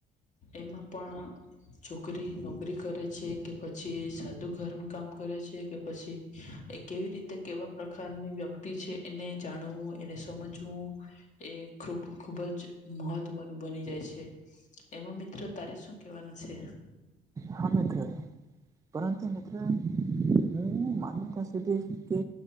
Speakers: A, on the left; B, on the right.
A: એમાં પણ છોકરી નોકરી કરે છે કે પછી સાદું ઘરનું કામ કરે છે કે પછી એ કેવી રીતે કેવા પ્રકારની વ્યક્તિ છે એને જાણવું એને સમજવું એ ખૂબ ખૂબ જ મહત્વનું બની જાય છે. એમાં મિત્રો તારે શું કેવાનું છે?
B: હા મિત્ર, પરંતુ મિત્ર હું માનતાથી છે કે